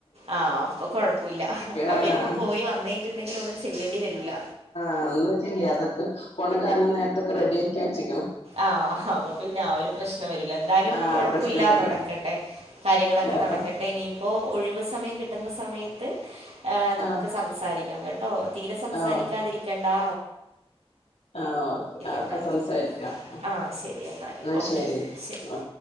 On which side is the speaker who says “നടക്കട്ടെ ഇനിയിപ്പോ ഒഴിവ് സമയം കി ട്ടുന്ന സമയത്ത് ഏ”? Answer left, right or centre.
Right